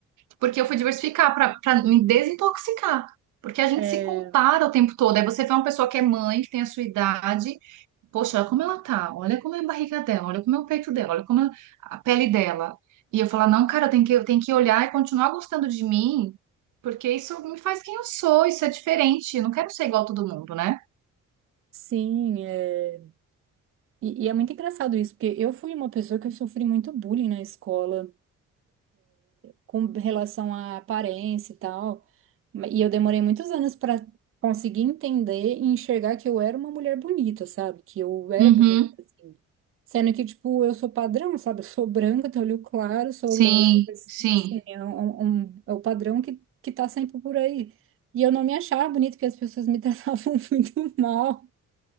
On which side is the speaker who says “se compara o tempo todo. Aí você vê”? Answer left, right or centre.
Right